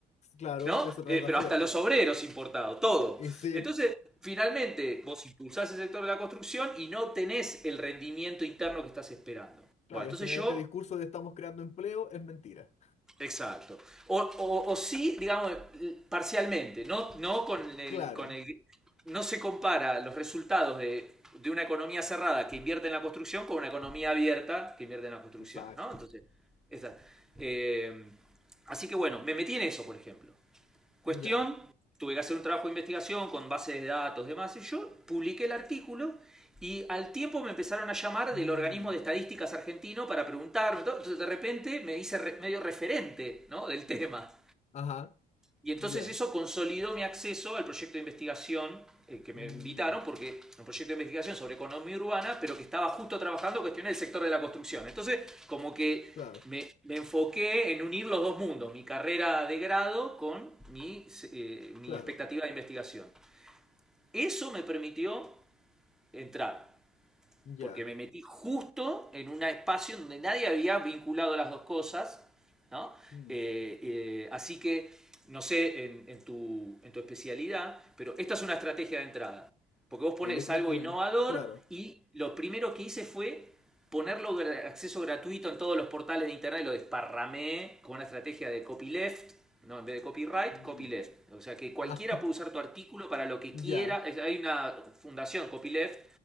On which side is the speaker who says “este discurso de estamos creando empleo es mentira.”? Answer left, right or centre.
Left